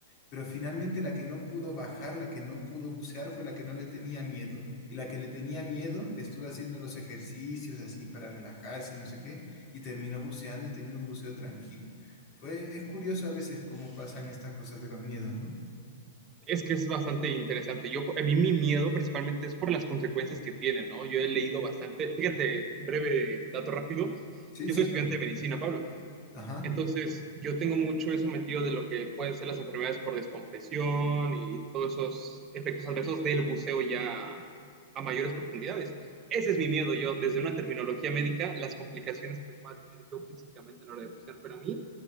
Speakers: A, on the left; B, on the right.
A: Pero finalmente la que no pudo bajar, la que no pudo bucear, fue la que no le tenía miedo. Y la que le tenía miedo le estuvo haciendo los ejercicios así para relajarse y no sé qué, y terminó buceando y teniendo un buceo tranquilo. Fue, es curioso a veces cómo pasan estas cosas de los miedos, ¿no?
B: Es que es bastante interesante. Yo, a mí mi miedo principalmente es por las consecuencias que tiene, ¿no? Yo he leído bastante, fíjate, breve dato rápido,
A: Sí,
B: yo
A: sí,
B: soy
A: claro.
B: estudiante de medicina, Pablo,
A: Ajá,
B: Entonces, yo tengo mucho eso metido de lo que pueden ser las enfermedades por descompresión y todos esos efectos adversos del buceo ya a mayores profundidades. Ese
A: claro,
B: es mi miedo, yo, desde una terminología médica, las complicaciones que pueda tener yo físicamente a la hora de bucear, pero a mí